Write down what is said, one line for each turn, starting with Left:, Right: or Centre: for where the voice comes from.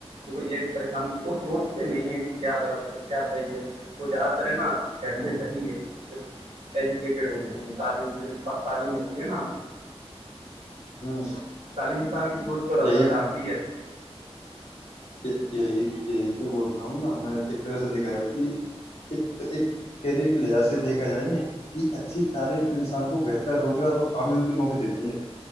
Right: ان کو یہ پے ہن وہ سوچ تو نہیں ہے کہ کیا غط ہے کیا صحیح ہے وہ زیادہ تر ہے نا فیصلے
Left: ہ
Right: صحی لیتے ایجوکیٹڈ ہوتے
Left: ہ
Right: ہیں
Left: ہ
Right: تعلیم جن کے پاس تعلیم ہوتی ہے نا
Left: ہوں
Right: تعلیم انسان کی سوچ پر
Left: یہی
Right: اثر ڈالتی ہے
Left: یہی یہی تو بول رہا ہوں نا میں ایک طرح سے دیکھا جائے کہ ایک ایک کیریئر کے لحاظ سے دیکھا جائے نا کہ اچھی تعلیم انسان کو بہتر روزگار اور کامیاب کے موقعے دیتی ہے